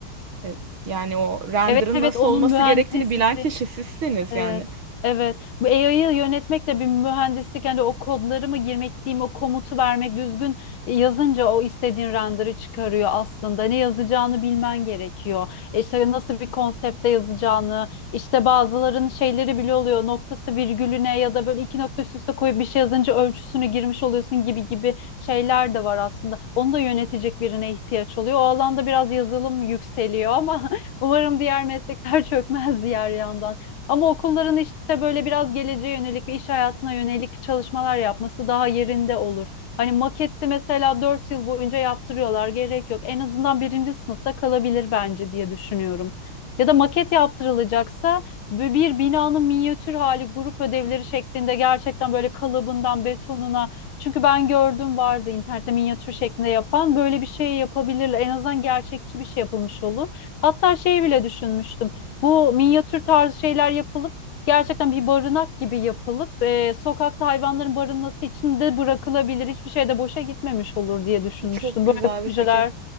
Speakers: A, on the right (about 80°); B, on the left (about 85°).
A: e, Yani o render'ın
B: Evet evet
A: nasıl
B: onun
A: olması
B: mühendisliği
A: gerektiğini bilen kişi sizsiniz
B: Evet.
A: yani.
B: Evet. Bu AI'yı yönetmek de bir mühendislik. Yani o kodları mı girmek diyeyim, o komutu vermek düzgün e, yazınca o istediğin render'ı çıkarıyor aslında. Ne yazacağını bilmen gerekiyor. E İşte nasıl bir konsepte yazacağını, işte bazıların şeyleri bile oluyor. Noktası virgülüne ya da böyle iki nokta üst üste koyup bir şey yazınca ölçüsünü girmiş oluyorsun gibi gibi şeyler de var aslında. Onu da yönetecek birine ihtiyaç oluyor. O alanda biraz yazılım yükseliyor ama <laughs> umarım diğer meslekler çökmez diğer yandan. Ama okulların işte böyle biraz geleceğe yönelik ve iş hayatına yönelik çalışmalar yapması daha yerinde olur. Hani maketi mesela 4 yıl boyunca yaptırıyorlar gerek yok. En azından birinci sınıfta kalabilir bence diye düşünüyorum. Ya da maket yaptırılacaksa bu bir binanın minyatür hali grup ödevleri şeklinde gerçekten böyle kalıbından betonuna çünkü ben gördüm vardı internette minyatür şeklinde yapan böyle bir şey yapabilirler. En azından gerçekçi bir şey yapılmış olur. Hatta şey bile düşünmüştüm. Bu minyatür tarzı şeyler yapılıp gerçekten bir barınak gibi yapılıp e, sokakta hayvanların barınması için de bırakılabilir. Hiçbir şey de boşa gitmemiş olur diye düşünmüştüm.
A: Çok güzel
B: Böyle
A: bir
B: projeler
A: fikir.